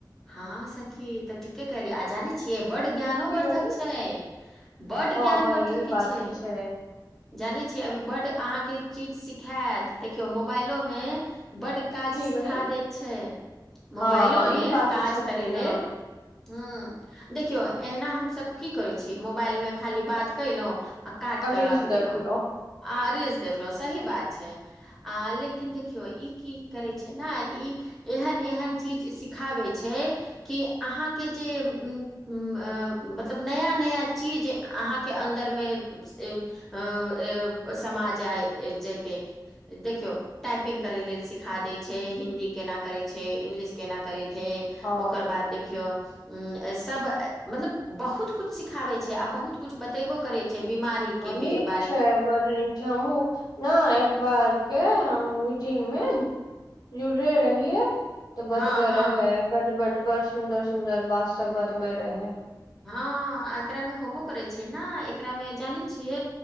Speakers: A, in the centre; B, on the left (about 60°).
A: हँ सखी तऽ ठीके कहली आजान छियै बड ज्ञानो
B: की
A: वर्धक
B: बहिन
A: छै बड
B: हँ
A: ज्ञान
B: बहिन
A: वर्धक
B: ई बात
A: छ
B: तऽ छै
A: जानै छियै अभी बड आहाँके चीज सिखायत देखियौ मोबाइलो मे ब काज
B: की
A: सिखा
B: बहिन
A: दैत छै मोबाईलो
B: हँ
A: में
B: ई बात
A: काज
B: तऽ छथिन
A: करय
B: हँ
A: ले ह्म देखियौ एना हमसभ की करै छियै मोबाइल मे खाली बात क‌यलौ आ काट क
B: रील्स
A: रख
B: देखलो
A: देलो आ रीलस देखलो सही बात छ आ लेकिन देखियौ ई की करै छै ने एहन एहन चीज सिखाबै छ कि आहाँके जे उ मतलब नया नया ची आहाँके अन्दर मे अ समाज आ जेत देखिय टाइपिंग करय लेल सिखा दैत छै हिन्दी केना करैत छै इंग्लिश केना करैत छ
B: हँ
A: ओकर बाद देखिय उ सब मतलब बहुत कुछ सिखाबे छै आ बहुत कुछ बतेबो कर जे बीमारी
B: हँ,
A: के
B: नीक
A: ब
B: छै बड़ नीक छै हमहुँ ने एक बार के हम मीटिंग म जुड़े रहि तऽ बतबय
A: हँ हँ
B: रहै बड बड बडड सुंदर सुंदर बात सभ बतबय रह
A: हँ एकरा मे होबो करै छै ने एकरा मे जानै छिय